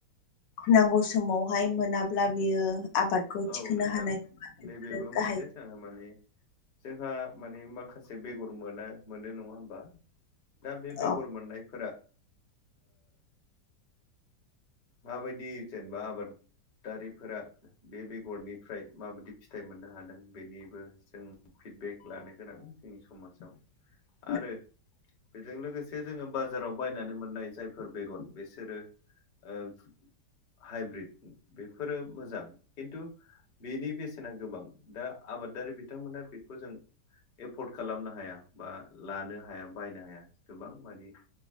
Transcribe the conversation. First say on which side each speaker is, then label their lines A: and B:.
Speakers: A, on the left (about 80°); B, on the left (about 35°).
A: नांगौ समावहाय मोनाब्ला बियो आबादखौ
B: औ
A: थिखोनो
B: नोंथां
A: हानाय नङा बेफोरो
B: नैबेबो
A: गाहाय
B: मोनसे जोंहा माने जोंहा माने माखासे बेगर मोना मोनो नङा होमबा दा बे बेगर
A: औ
B: मोननायफोरा माबायदि जेनेबा आबादारिफोरा बे बेगरनिफ्राय माबायदि फिथाइ मोननो हादों बेनिबो जों फिडबेक लानो गोनां जोंनि समाजाव
A: <inaudible>
B: आरो बेजों लोगोसे जोङो बाजाराव बायनानै मोननाय जायफोर बेगन बेसोरो ओ हाइब्रिद बेफोरो मोजां खिन्थु बेनि बेसेना गोबां दा आबादारि बिथांमोना बेखौ जों एफर्ड खालामनो हाया बा लानो हाया बायनो हाया गोबां माने